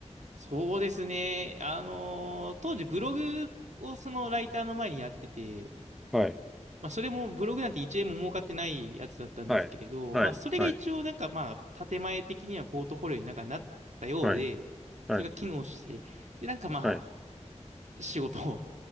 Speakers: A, on the right; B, in the centre.
A: そうですね。あのー当時ブログをそのライターの前にやってて、
B: はい、
A: まあ、それもブログなんて1円も儲かってないやつだったんですけれど、
B: はい、はい、
A: まあ、それが一応なんかまあ、
B: はい、
A: 建前的にはポートフォリオになんかなったようで、
B: はい、はい、
A: それが機能して、で、なんかま
B: はい。
A: あ、仕事を